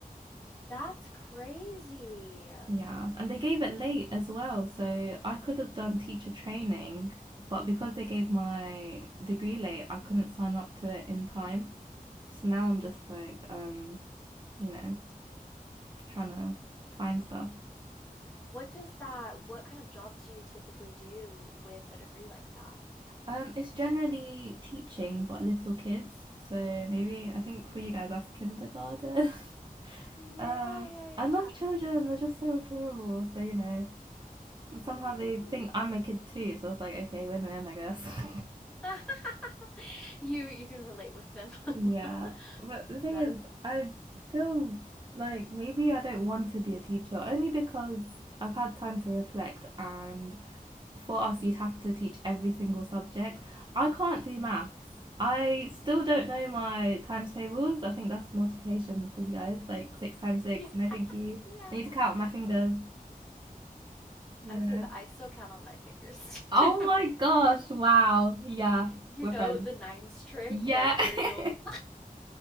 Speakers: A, in the centre; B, on the right.
A: that's crazy.
B: <laughs> yeah. And they gave it late as well. So, I could have done teacher training, but because they gave my degree late, I couldn't sign up to it in time. So now I'm just like, um, you know, trying to find stuff.
A: What does that, what kind of jobs do you typically do with a degree like that?
B: Um, it's generally teaching, but little kids. So maybe I think
A: Mm,
B: for you guys that's kindergarten. <laughs>
A: Yeah,
B: uh,
A: yeah,
B: I love children.
A: yeah.
B: They're just so adorable. So you know, and somehow
A: Hmm.
B: they think I'm a kid too. So I was like, okay, win win, I guess.
A: <laughs> You you can relate with them.
B: <laughs>
A: <laughs>
B: yeah, but the
A: That
B: thing is,
A: is,
B: I feel like maybe I don't want to be a teacher only because I've had time to reflect and for us, you'd have to teach every single subject. I can't do maths. I still don't know my times tables. I think that's multiplication for you guys, like six times six.
A: yeah,
B: No, thank you.
A: yeah.
B: I need to count my fingers, you
A: Okay,
B: know.
A: but I still count on my fingers <laughs>
B: Oh
A: too.
B: my gosh, wow. Yeah,
A: You
B: we're
A: know
B: friends.
A: the nines trick,
B: Yeah.
A: like where
B: <laughs>
A: you'll,